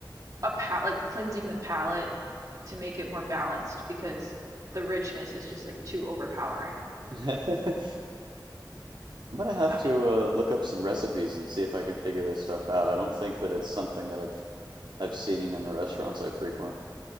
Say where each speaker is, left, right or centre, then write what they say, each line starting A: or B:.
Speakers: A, on the right; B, on the right.
A: a pa like cleansing the palate to make it more balanced because the richness is just like too overpowering,
B: <laughs> I'm gonna have
A: if that
B: to
A: makes sense.
B: uh, look up some recipes and see if I can figure this stuff out. I don't think that it's something that I've I've seen in the restaurants I frequent,